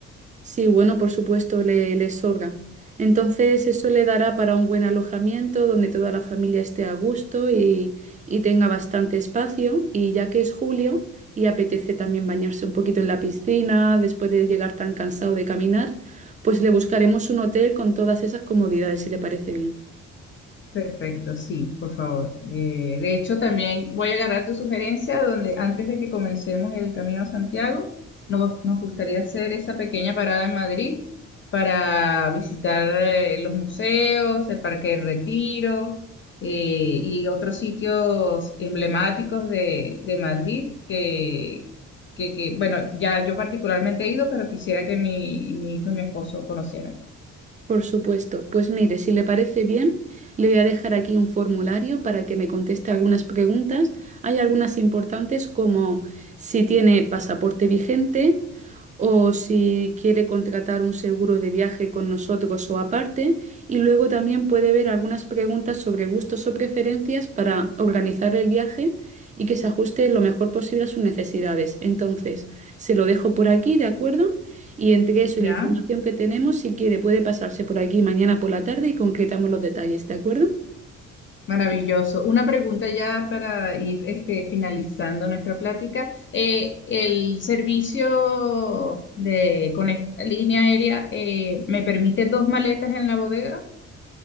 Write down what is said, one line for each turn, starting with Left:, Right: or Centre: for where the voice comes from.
Right: Sí, bueno, por supuesto, le, le sobra. Entonces, eso le dará para un buen alojamiento donde toda la familia esté a gusto y, y tenga bastante espacio. Y ya que es julio y apetece también bañarse un poquito en la piscina después de llegar tan cansado de caminar, pues le buscaremos un hotel con todas esas comodidades, si le parece bien.
Left: Perfecto, sí, por favor. Eh, de hecho, también voy a agarrar tu sugerencia donde antes de que comencemos el camino a Santiago, nos, nos gustaría hacer esa pequeña parada en Madrid para visitar eh, los museos, el Parque del Retiro eh, y otros sitios emblemáticos de, de Madrid que, que, que, bueno, ya yo particularmente he ido, pero quisiera que mi, mi hijo y mi esposo conocieran.
Right: Por supuesto. Pues mire, si le parece bien, le voy a dejar aquí un formulario para que me conteste algunas preguntas. Hay algunas importantes como si tiene pasaporte vigente o si quiere contratar un seguro de viaje con nosotros o aparte. Y luego también puede ver algunas preguntas sobre gustos o preferencias para organizar el viaje y que se ajuste lo mejor posible a sus necesidades. Entonces, se lo dejo por aquí, ¿de acuerdo? Y entre eso
Left: ¿Ya?
Right: y la información que tenemos, si quiere, puede pasarse por aquí mañana por la tarde y concretamos los detalles, ¿de acuerdo?
Left: Maravilloso. Una pregunta ya para ir este, finalizando nuestra plática. Eh, el servicio de, con esta línea aérea eh, me permite dos maletas en la bodega.